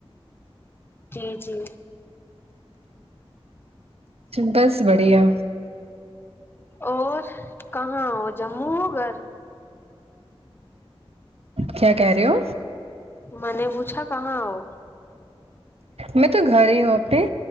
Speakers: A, on the left; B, on the right.
A: جی جی
B: بس بڑھیا
A: اور کہاں ہو جموں ہو گھر
B: کیا کہہ رہے ہو
A: میں نے پوچھا کہاں ہوں
B: میں تو گھر ہی ہوں اپنے